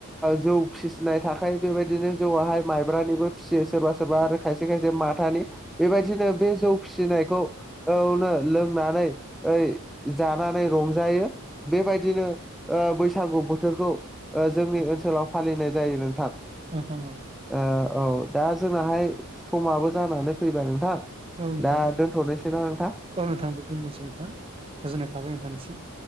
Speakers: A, in the centre; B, on the right (about 25°).
A: जौ फिसिनाय थाखायो बेबायदिनो जौआाहाय, माइब्रानिबो फिसियो सोरबा सोरबा आरो खायसे खायसे माथानि बेबायदिनो बे जौ फिसिनायखौ औ लोंनानै ओइ जानानै रंजायो। बेबायदिनो ओ बैसागु बोथोरखौ ओ जोंनि ओनसोलाव फालिनाय जायो नोंथां।
B: नोंथां औ।
A: ओ औ दा जोंनाहाय समाबो जानानै फैबाय नोंथां।
B: नोंथां
A: दा दोन्थ'नोसै ना नोंथां?
B: औ नोंथां दे दोन्नोसै नोंथां गोजोननाय थाबाय नोंथांनिसिम